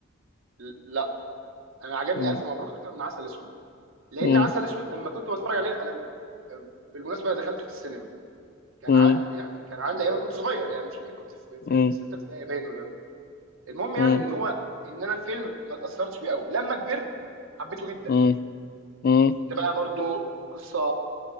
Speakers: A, on the right; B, on the left.
A: ل- لا انا عجبني
B: مم.
A: الف مبروك اكتر من عسل اسود لان
B: مم.
A: عسل اسود لما كنت بتفرج عليه انا بالمناسبه دخلته في السينما كان
B: مم.
A: ع... يعني كان عندي ايام كنت صغير يعني مش فاكر كنت في في,
B: مم.
A: في سته ابتدائي باين ولا المهم يعني
B: مم.
A: ان هو ان انا الفيلم ما اتاثرتش بيه قوي لما كبرت حبيته جدا
B: مم. مم.
A: انت بقى برضو قصه